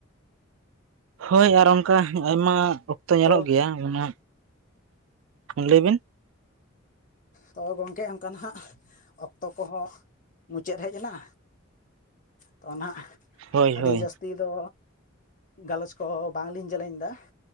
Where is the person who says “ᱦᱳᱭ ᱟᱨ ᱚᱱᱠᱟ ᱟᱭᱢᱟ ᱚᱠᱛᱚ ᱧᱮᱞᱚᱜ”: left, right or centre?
Right